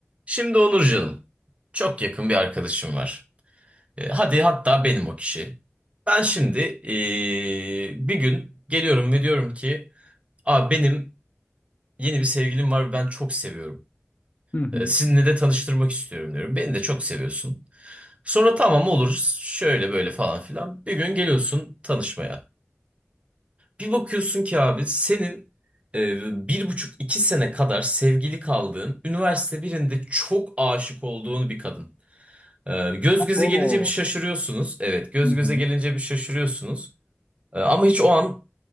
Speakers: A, on the right (about 30°); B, on the left (about 35°).
A: Şimdi Onur çok yakın bir arkadaşım var. E, hadi hatta benim o kişi. Ben şimdi e, bir gün geliyorum ve diyorum ki, Aa, benim yeni bir sevgilim var ve ben çok seviyorum.
B: Hı hı.
A: E, sizinle de tanıştırmak istiyorum diyorum. Beni de çok seviyorsun. Sonra tamam olur, şöyle böyle falan filan. Bir gün geliyorsun tanışmaya. Bir bakıyorsun ki abi senin e, bir buçuk iki sene kadar sevgili kaldığın, üniversite birinde çok aşık olduğun bir kadın. Ee, Göz göze
B: Oo.
A: gelince bir şaşırıyorsunuz. Evet, göz
B: Hı hı.
A: göze gelince bir şaşırıyorsunuz. Ee, Ama hiç o an